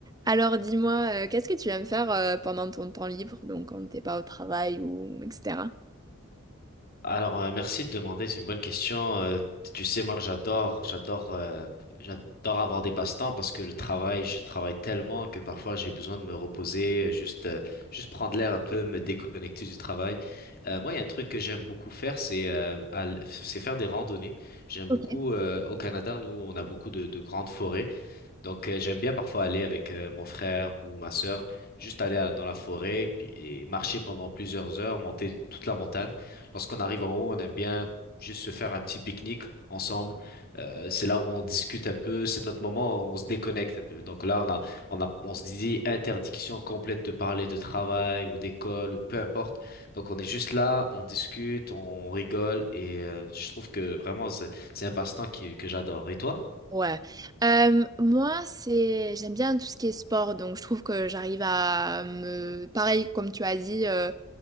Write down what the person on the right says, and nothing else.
Alors dis-moi, euh, qu'est-ce que tu aimes faire euh, pendant ton temps libre, donc quand t'es pas au travail ou etc.
Ok.
Ouais. Euh, moi, c'est j'aime bien tout ce qui est sport, donc je trouve que j'arrive à me pareil comme tu as dit, euh,